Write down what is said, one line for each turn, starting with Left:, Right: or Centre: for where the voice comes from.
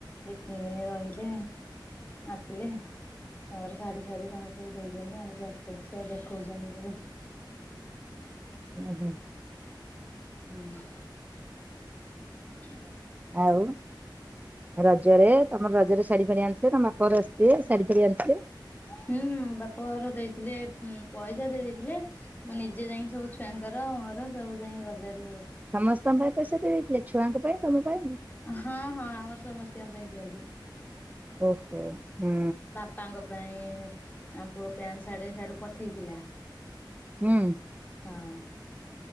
Left: ଦି ତିନି ଦିନି ରହିଲେ ଆସିଲେ। ତାଙ୍କର ଶାଢୀ ଫାଢୀ ତାଙ୍କର ସବୁ ଦେଇଚନ୍ତି ଆଣିକି ଆସିଚନ୍ତି ଦେଖଉଛନ୍ତି ସବୁ।
Right: ହୁଁ ହୁଁ।
Left: ହୁଁ। <unintelligible>
Right: ଆଉ ରଜରେ ତମ ରଜରେ ଶାଢୀ ଫାଡି ଆଣିଥିଲେ ତମ ବାପଘର ଆସିଥିବେ ଶାଢୀ ଫାଡି ଆଣିଥିଲେ?
Left: ହୁଁ ବାପାଘର ଦେଇଥିଲେ ପଇସା ଦେଇ ଦେଇଦେଇଥିଲେ। ମୁଁ ନିଜେ ଯାଇ ସବୁ ଛୁଆଙ୍କର ମୋର ସବୁ ଯାଇ ବଜାରୁ
Right: ସମସ୍ତଙ୍କ ପାଇଁ ପଇସା ଦେଇ ଦେଇଥିଲେ ଛୁଆଙ୍କ ପାଇଁ ତମ ପାଇଁ
Left: ହଁ ହଁ ଆମର ସମସ୍ତିଙ୍କ ପାଇଁ ଦିଅନ୍ତି।
Right: ଓହୋ ହୁଁ,
Left: ତାଙ୍କ ପାଇଁ ଆମ ପୁଅ ପ୍ୟାଣ୍ଟ ର୍ସାଟ ସିଆଡୁ ପଠେଇଥିଲା।
Right: ହୁଁ।
Left: ହଁ।